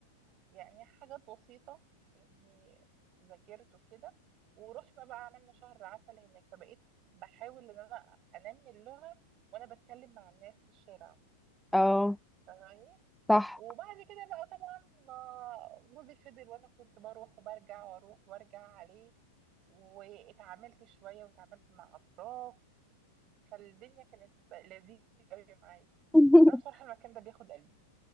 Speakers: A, on the right; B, in the centre.
A: يعني حاجات بسيطة اني ذاكرت وكده ورحنا بقى عملنا شهر عسل هناك فبقيت بحاول ان انا انمي اللغة وانا بتكلم مع الناس في الشارع
B: اه
A: فاهماني
B: صح
A: وبعد كده بقى طبعا ما جوزي فضل وانا كنت بروح وبرجع واروح وارجع عليه واتعاملت شويه واتعاملت مع اطراف فالدنيا كانت لذيذه قوي معايا
B: <laughs>
A: انا بصراحه المكان ده بياخد قلبي